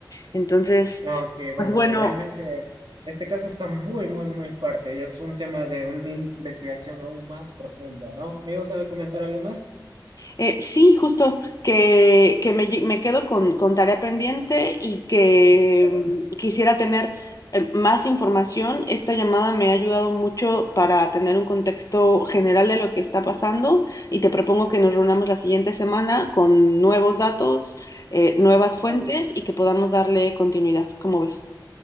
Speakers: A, on the left; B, on the right.
A: Entonces,
B: No, sí, bueno,
A: pues bueno,
B: realmente este caso está muy, muy, muy fuerte y es un tema de una investigación aún más profunda, ¿no? ¿Me ibas a comentar algo más?
A: Eh, sí, justo que, que me, lle- me quedo con, con tarea pendiente y que
B: Claro,
A: mm, quisiera tener eh, más información. Esta llamada me ha ayudado mucho para tener un contexto general de lo que está pasando y te propongo que nos reunamos la siguiente semana con nuevos datos, eh, nuevas fuentes
B: claro.
A: y que podamos darle continuidad. ¿Cómo ves?